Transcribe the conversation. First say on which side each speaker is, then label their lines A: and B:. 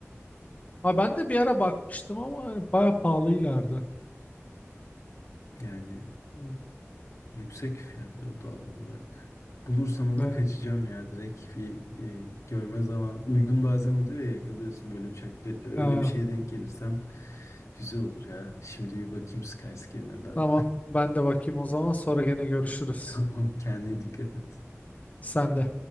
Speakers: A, on the left; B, on the left.
A: Ha, ben de bir ara bakmıştım ama hani bayağı pahalıylardı.
B: <laughs> Yani
A: Evet.
B: Yüksek fiyatları doğal olarak. Bulursam ama
A: Evet.
B: kaçacağım ya direkt bir e, görme zaman uygun bazen oluyor ya yakalıyorsun böyle uçak biletleri öyle
A: <laughs>
B: bir şeye denk gelirsem güzel olur ya. Şimdi bir bakayım Skyscanner'dan.
A: Tamam. Ben de bakayım o zaman. Sonra gene görüşürüz.
B: <laughs> Tamam kendine dikkat et.
A: Sen de.